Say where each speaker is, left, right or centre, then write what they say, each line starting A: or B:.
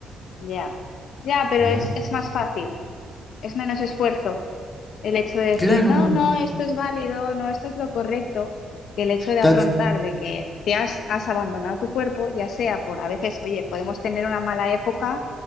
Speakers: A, on the left; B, on the left.
A: ya, ya, pero
B: No.
A: es, es más fácil, es menos esfuerzo. el hecho de decir,
B: Claro.
A: no, no, esto es válido, no, esto es lo correcto, que el hecho de afrontar
B: Tan,
A: de que te has, has abandonado tu cuerpo, ya sea por, a veces, oye, podemos tener una mala época